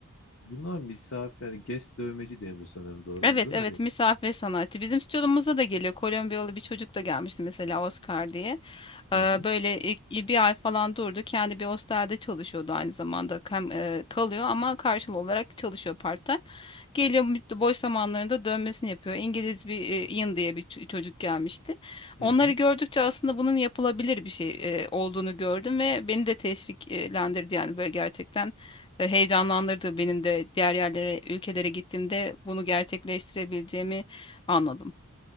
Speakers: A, on the left; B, on the left.
A: Buna misafir yani guest dövmeci deniyor sanırım doğru
B: Evet
A: mudur?
B: evet
A: Hani
B: misafir sanatçı. Bizim stüdyomuza da geliyor. Kolombiyalı bir çocuk da gelmişti mesela Oscar diye. Eee,
A: hı hı
B: Böyle ilk- bir ay falan durdu. Kendi bir hostelde çalışıyordu aynı zamanda. Hem eee, kalıyor ama karşılığı olarak çalışıyor part-time. Geliyor mü- boş zamanlarında dönmesini yapıyor. İngiliz bir eee, Ian diye bir ç- çocuk gelmişti.
A: hı
B: Onları
A: hı.
B: gördükçe aslında bunun yapılabilir bir şey eee, olduğunu gördüm ve beni de teşviklendirdi yani böyle gerçekten e, heyecanlandırdı benim de diğer yerlere, ülkelere gittiğimde bunu gerçekleştirebileceğimi anladım.